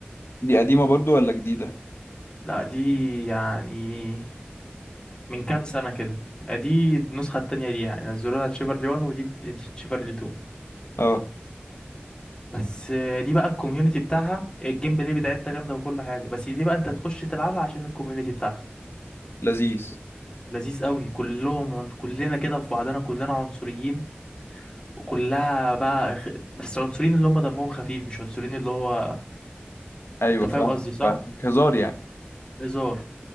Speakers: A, on the left; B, on the left.
A: دي قديمة برضو ولا جديدة
B: لا دي يعني من كام سنة كده دي النسخة التانية ليها يعني نزلوها تشيفرلي 1 ودي تشيفرلي 2
A: اه
B: بس آه، دي بقى الكوميونتي بتاعها الجيم بلاي بتاعتها جامدة وكل حاجة بس دي بقى انت تخش تلعبها عشان الكوميونتي بتاعها
A: لذيذ
B: لذيذ قوي كلهم عن- كلنا كده في بعضنا كلنا عنصريين وكلها بقى خ- بس عنصريين اللي هم دمهم خفيف مش عنصريين اللي هو
A: ايوه
B: انت فاهم
A: فاهمك
B: قصدي صح
A: فاهمك هزار يعني
B: هزار